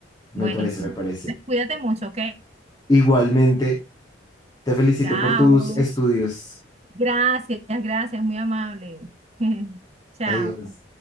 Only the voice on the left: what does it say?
me
parece, me parece.
Igualmente, te felicito
por tus estudios.
Adiós.